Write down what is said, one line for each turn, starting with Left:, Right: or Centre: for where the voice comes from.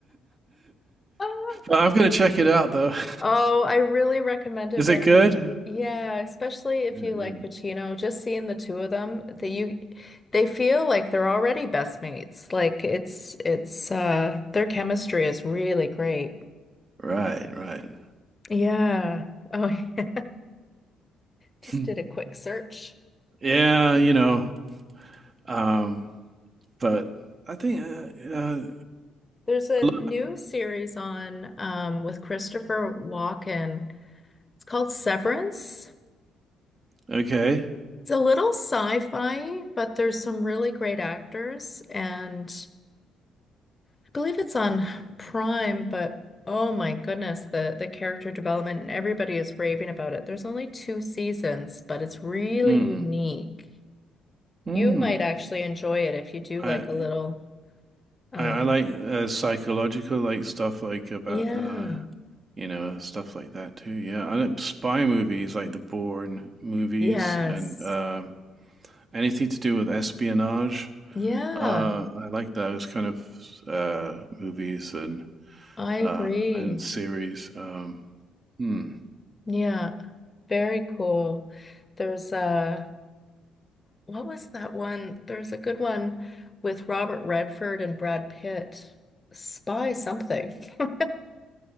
Left: <laughs>
Right: But I'm gonna check it out though. <laughs>
Left: Oh, I really recommend it,
Right: Is
Left: Baroness.
Right: it good?
Left: Yeah, especially if
Right: Yeah,
Left: you like
Right: yeah.
Left: Pacino, just seeing the two of them, that you they feel like they're already best mates. Like it's it's uh their chemistry is really great.
Right: Right, right.
Left: Yeah. Oh, <laughs> yeah. Just
Right: <laughs>
Left: did a quick search.
Right: yeah, you know. Um, but I think uh, uh,
Left: There's a
Right: I love,
Left: new series on um with Christopher Walken. It's called Severance.
Right: okay.
Left: It's a little sci-fi, but there's some really great actors, and I believe it's on Prime, but oh my goodness, the the character development and everybody is raving about it. There's only two seasons, but it's really
Right: Mm,
Left: unique.
Right: mm.
Left: You might actually enjoy it if you do
Right: I,
Left: like a little uh
Right: I I like uh, psychological like stuff like about
Left: yeah.
Right: uh you know stuff like that too. Yeah, I like spy movies like the Bourne movies
Left: Yes.
Right: and um anything to do with espionage.
Left: Yeah,
Right: Uh, I like those kind of uh movies and
Left: I agree.
Right: uh, and series. Um, hmm.
Left: Yeah, very cool. There's uh What was that one? There's a good one with Robert Redford and Brad Pitt. Spy something. <laughs>